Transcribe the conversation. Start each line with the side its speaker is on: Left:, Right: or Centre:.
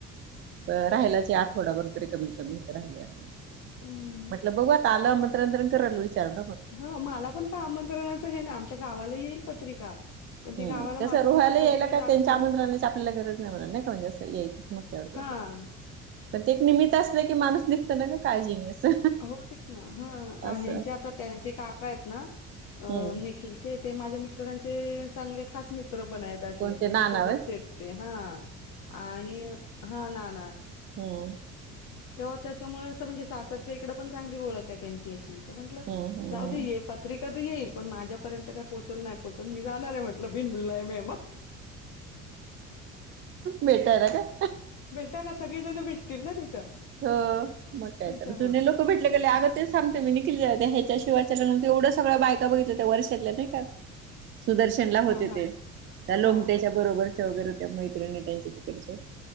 Right: प राहायल्याच यां आठवडाभर तरी कमीत कमी इत राहयला यां असं.
Left: अं,
Right: म्हटलं बघू आता आलं <unintelligible> करायला विचारण.
Left: ह माला पण का आमंत्रणाच हे ना, आमच्या गावाला येईल पत्रिका. पण ती
Right: हम
Left: गावाला माझं
Right: तसं रुहाय
Left: कसं
Right: ला
Left: घरी
Right: यायला
Left: मी
Right: काय
Left: जात
Right: त्यांच्या
Left: नाही
Right: आमंत्रणाची
Left: ना
Right: आपल्याला गरज नाही म्हणाल नाही का म्हणजे असं यायच च म्हटल्या वर.
Left: हा!
Right: परत एक निमित्त असलं की माणूस निघत ना ग काळजीने. असं.
Left: हो तेच ना हा
Right: असं
Left: ह्यांचे आता त्यांचे काका आहेत ना अ
Right: हम्म
Left: नि खिलचे ते माझ्या मिस्टरांचे चांगले खास मित्र पण आहेत. त, असे
Right: कोणते
Left: म्हणजे
Right: नाना
Left: सोबतचेे
Right: व्हय
Left: आहेत ते हा आणि हा ना ना
Right: कोण?
Left: तेव्हा चाचमुळ अस म्हणजे सासरच्या इकडं पण चांगली ओळख आहे त्यांची अशी, तर म्हंटलं
Right: हम्म हम्म
Left: जाऊ दे ए पत्रिका तर येईल पण माझ्यापर्यंत काय पोचल नाही पोचल मी जाणार आहे म्हटलं बिन बुलाये मेहमान.
Right: भेटायला काय?
Left: टायला सगळीजण भेटतील ना तिथं.
Right: हो. मग काय
Left: त्याच्यामुळं.
Right: तर, जुने लोक तो भेटले गेले अगं तेच सांगते मी निखिल जेव्हा त्या ह्याच्याशी वाचायला गेला तर एवढं सगळ्या बायका बघितल्या त्या वर्षातल्या नाही का, सुदर्शनला होते
Left: हां, हां,
Right: ते त्या लोमट्याच्या
Left: हां.
Right: बरोबरच्या वगैरे त्या मैत्रिणी त्यांच्या तिकडच्या,